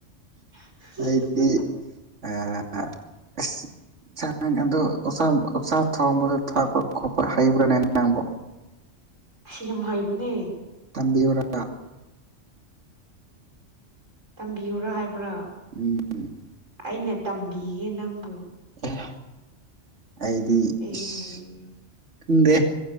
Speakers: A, on the right; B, on the right.
A: <unintelligible>
B: ꯑꯩꯗꯤ ꯑꯥ ꯑꯥ ꯑꯁ ꯁꯥ ꯑꯗꯨ ꯑꯣꯛꯁꯥ ꯑꯣꯛꯁꯥ ꯊꯣꯡꯕꯗꯨ ꯊꯥꯛꯄ ꯈꯣꯠꯄ ꯍꯩꯕ꯭ꯔꯥꯅꯦ ꯅꯪꯕꯣ
A: ꯌꯥꯝ ꯍꯩꯕꯅꯦ
B: ꯇꯝꯕꯤꯌꯨꯔ
A: ꯇꯝꯕꯤꯌꯨꯔ ꯍꯥꯏꯕ꯭ꯔꯥ
B: ꯎꯝ ꯎꯝ
A: ꯑꯩꯅ ꯇꯝꯕꯤꯒꯦ ꯅꯪꯕꯨ
B: ꯑꯦ ꯑꯩꯗꯤ
A: ꯑꯦ
B: ꯏꯁ
A: ꯍꯥꯏꯌꯦ
B: ꯈꯪꯪꯗꯦ